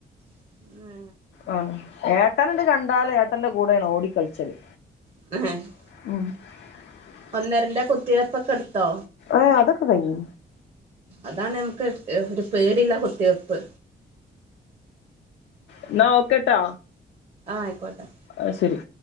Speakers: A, on the right; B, on the left.
A: <unintelligible>
B: ആഹ് ഏട്ടനങ്ങട് കണ്ടാലെ ഏട്ടന്റെ കൂടെയാണ് ഓടിക്കളിച്ചല്
A: <unintelligible>
B: <unintelligible>
A: ഒന്നരന്റെ കുത്തിവെപ്പോക്കെ എടുത്തോ
B: ഏ അതൊക്കെ കഴിഞ്ഞു
A: അതാണ് നമുക്ക് ഒരു പേടിള്ള കുത്തിവെപ്പ്
B: എന്ന ഒക്കെട്ടാ
A: ആഹ് ആയിക്കോട്ടെ
B: ആഹ് ശരി